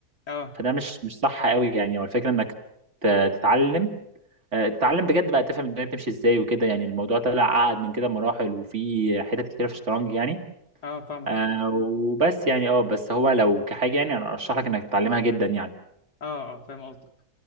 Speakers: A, on the left; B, on the right.
A: اه
B: فده مش مش صح قوي يعني هو الفكره انك ت- تتعلم آه، تتعلم بجد بقى تفهم الدنيا بتمشي ازاي وكده يعني الموضوع طلع اعقد من كده مراحل وفي حتت كتير في الشطرنج يعني
A: اه فاهم
B: آه وبس يعني اه بس هو لو كحاجة يعني انا ارشح لك انك تتعلمها جدا يعني
A: اه اه فاهم قصدك